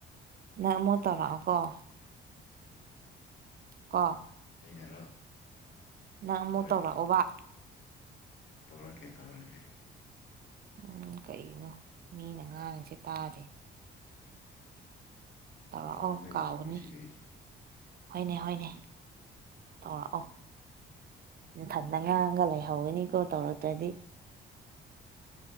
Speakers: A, on the right (about 50°); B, on the left (about 70°).
A: ꯅꯪ ꯑꯃꯨꯛ ꯇꯧꯔꯛꯑꯣꯒꯣ ꯀꯣ
B: ꯑꯩꯅꯔꯣ
A: ꯅꯪ ꯑꯃꯨꯛ
B: ꯍꯣꯏ
A: ꯇꯧꯔꯛꯑꯣꯕ
B: ꯍꯣꯏ ꯇꯧꯔꯛꯀꯦ ꯇꯧꯔꯛꯀꯦ
A: ꯎꯝ ꯀꯩꯅꯣ ꯃꯤꯅ ꯉꯥꯡꯉꯤꯁꯦ ꯇꯥꯗꯦ ꯇꯧꯔꯛꯑꯣ
B: ꯇꯥꯕꯒꯤ
A: ꯀꯥꯎꯒꯅꯤ
B: ꯈꯨꯝꯃꯤꯁꯤꯗꯤ
A: ꯍꯣꯏꯅꯦ ꯍꯣꯏꯅꯦ ꯇꯧꯔꯛꯑꯣ ꯅꯊꯥꯟ ꯉꯥꯡꯉ ꯂꯩꯍꯧꯒꯅꯤꯀꯣ ꯇꯧꯔꯛꯇ꯭ꯔꯗꯤ